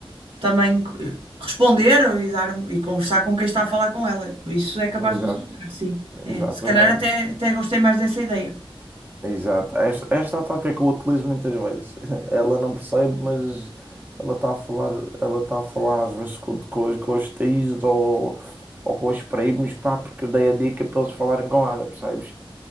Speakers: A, on the right; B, on the right.
A: também eh, responder ou- e dar um- e conversar com quem está a falar com ela. Isso é capaz
B: exato,
A: de resultar, sim. É.
B: exatamente.
A: Se calhar até, até gostei mais dessa ideia.
B: Exato. Esta, esta é a tática que eu utilizo muitas vezes. <laughs> Ela não percebe, mas ela está a falar, ela está a falar às vezes com, com, com os tios ou, ou com os primos, pá, porque eu dei a dica para eles falarem com ela, percebes?